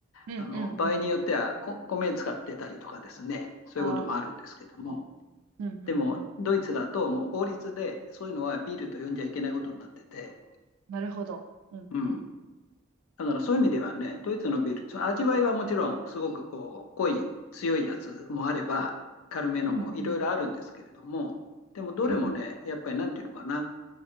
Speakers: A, on the right (about 80°); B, on the left (about 70°).
A: うんうんうんうん。
B: あの場合によってはこ米使ってたりとかですね、そういうこともあるんですけども、
A: ああ、うんうんうん。
B: でもドイツだともう法律でそういうのはビールと呼んじゃいけないことになってて、
A: なるほど。うんうん。
B: うん、だからそういう意味ではね、ドイツのビール、その味わいはもちろんすごくこう濃い、強いやつもあれば、軽めのもいろいろあるんですけれども、
A: うんうん。
B: でもどれもね、
A: うんうん
B: やっぱりなんていうのかな、